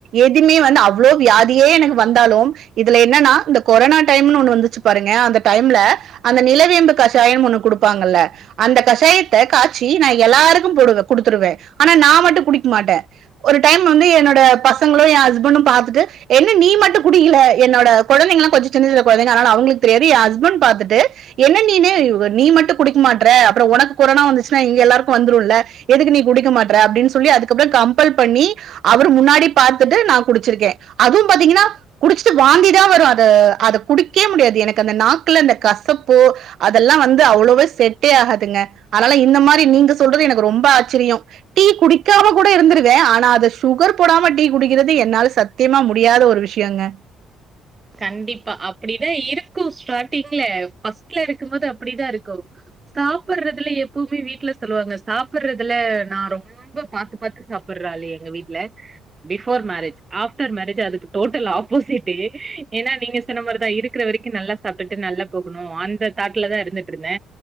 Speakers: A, on the right; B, on the right.
A: எதுமே வந்து அவ்ளோ வியாதியே எனக்கு வந்தாலு இதுல என்னன்னா இந்த கொரோனா டைம்னு ஒன்னு வந்துச்சு பாருங்க அ அந்த டைம்ல அந்த நிலவேம்பு கஷாயம் ஒண்ணு குடுப்பாங்கல்ல அந்த கஷாயத்த காச் சீ நா எல்லாருக்கு போடுவே குடுத்துருவே ஆனா நா மட்டு குடிக்க மாட்டே ஒரு டைம் வந்து என்னோட ப சங்களு ஏ ஹஸ்பண்டு பாத்துட்டு என்ன நீ மட்டு குடிக்கல என்னோட கொழந்தைகளா கொஞ்சோ சின்ன சின்ன கொழந்தைங்க அதுனால அவுங்களுக் தெரி ஏ ஹஸ்பண்ட் பாத்துட்டு என்ன நீனு வ் நீ மட்டு குடிக்க மாட்டற அப்றோ ஒனக்கு கொரோனா வந்துச் சுனா இங்க எல்லாருக்கு வந்துருல எதுக்கு நீ குடிக்க மாட்ற அப்டின்னு சொல்லி அதுக்கப்றோ கம்பல் பண்ணி அவர் முன்னாடி பாத்துட்டு நா குடிச்சிருக்கே அதுவும் பாத்தீங்கன்னா குடிச்சுட்டு வாந்திதா வரு அது அத குடிக்கே முடியாது எனக்கு அந்த நாக்குல அந்த கசப்போ அதெல்லா வந்து அவ்ளோவு செட்டே ஆகாதுங்க ஆலால இந் இந்த மாரி நீங்க சொல்றது எனக்கு ரொம்ப ஆச்சரியோ டீ குடிக்காம கூட இருந்திருவே ஆனா அது சுகர் போடாம இப்ப டீ குடிக்கிறது என்னால சத்தியமா முடியாத ஒரு விஷயங்க
B: கண்டிப்பா அப்டிதா இருக்கு ஸ்டார்ட்டிங்ல ஃபர்ஸ்ட்ல இருக்கும்போது அப்டிதா இருக்கு சாப்புர்றதுல எப்பவுமே வீட்ல சொல்லுவாங்க சாப்புர்றதுல நா ரொம்ப பாத்து பாத்து சாப்புட் ஒர் ஆளு எங்க வீட்ல பிஃபோர் மேரேஜ் ஆஃப்டர் மேரேஜ் அதுக்கு டோட்டல் ஆப்போசிட்டு ஏன்னா நீங்க சொன்ன மாரிதா இருக்குற வரைக்கு நல்லா சாப்ட்டுட்டு நல்லா போகணு அந்த தாட்டுல தா இருந்துட்டுருந்தே